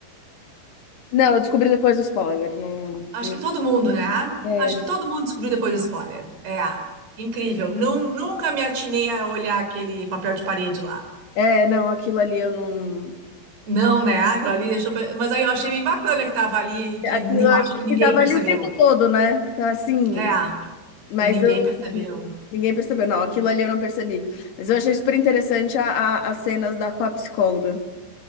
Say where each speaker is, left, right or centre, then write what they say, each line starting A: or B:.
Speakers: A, on the left; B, on the right.
A: Não, eu descobri depois do spoiler. Não,
B: Acho
A: não-
B: que todo mundo, né?
A: é,
B: Acho que todo mundo descobriu depois do spoiler. É, incrível. Não, nunca me atinei a olhar aquele papel de parede lá.
A: é, não, aquilo ali eu não.
B: Não, né? Aquilo ali deixou. pra- Mas aí eu achei bem bacana que tava ali, e que
A: Aquilo
B: ni-
A: eu achei
B: acho que ninguém
A: que tava
B: percebeu.
A: ali o tempo todo, né? Tá assim.
B: É,
A: Mas
B: e ninguém
A: eu
B: percebeu.
A: não- ninguém percebeu. Não, aquilo ali eu não percebi. Mas eu achei super interessante a, a- as cenas da, com a psicóloga.